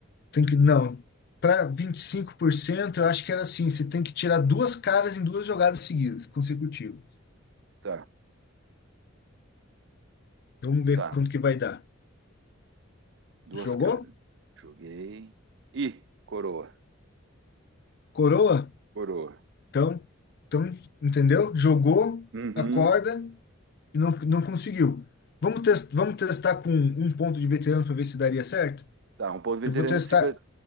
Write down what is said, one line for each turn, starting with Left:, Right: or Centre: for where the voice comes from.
Left: Tem que, não, para 25% eu acho que era assim, você tem que tirar duas caras em duas jogadas seguidas, consecutivas.
Right: Tá,
Left: Vamos ver
Right: tá,
Left: quanto que vai dar.
Right: duas
Left: Jogou?
Right: carnes. Joguei. Ih, coroa,
Left: Coroa?
Right: coroa.
Left: Então, então, entendeu? Jogou,
Right: Uhum.
Left: acorda e não, não conseguiu. Vamos, test, vamos testar com um ponto de veterano para ver se daria certo?
Right: Tá, um ponto veterano,
Left: Eu vou testar
Right: 50,